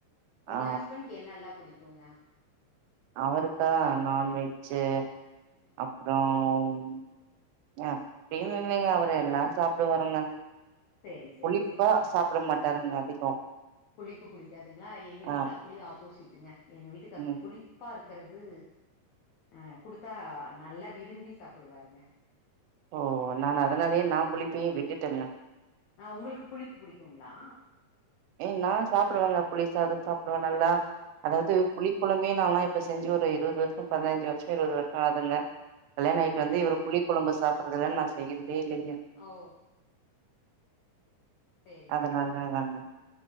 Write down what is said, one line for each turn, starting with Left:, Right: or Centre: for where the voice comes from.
Left: உங்க
Right: ஆ
Left: ஹஸ்பண்ட்க்கு என்னல்லா புடிக்கு ங்க
Right: அவருக்கா நான்வெ ஜ்ஜு
Left: ம்
Right: அப்றோ ம் அ அப்டின்னு இல்லங்க அவரு எல்லா சாப்டுவாருங்க
Left: செரி செரி
Right: புளிப்பா
Left: செரிங்க
Right: சாப்ட மாட்டாருங்க அதிகோ
Left: புளிப்பு புடிக்காதுங்களா எங்க வீட்ல
Right: ஆ
Left: அப்டியே ஆப்போசிட்டுங்க எங்க வீட்டுக்கார்க்கு
Right: ம்
Left: புளிப்பா இருக் கிறது அஹ் குடுத்தா நல்லா விரும்பி சாப்டுவாருங்க
Right: ஓ நான் அதனாலேயே நா புளி ப்பயே விட்டுட்டங்க
Left: ஆஹ் உங்களுக்கு புளிப்பு புடிக்குங்களா
Right: ம் நானு சாப்டுவங்க புளி சாதோ சாப்டுவே நல்லா அதாவது புளிக்கொழம்பே நால்லா இப்ப செஞ்சு ஒரு இருவது வருஷோ பதினஞ்சு வருஷோ இருவது வருஷோ ஆகுதுங்க கல்யாண ஆயிட்டு வந்து இவர் புளிக் கொழம்பு சாப்டுறது இல்லன்னு நா செய்யறதே இல்லைங்க
Left: ஓ செரி
Right: அதனால
Left: செரிங்க
Right: தாங்க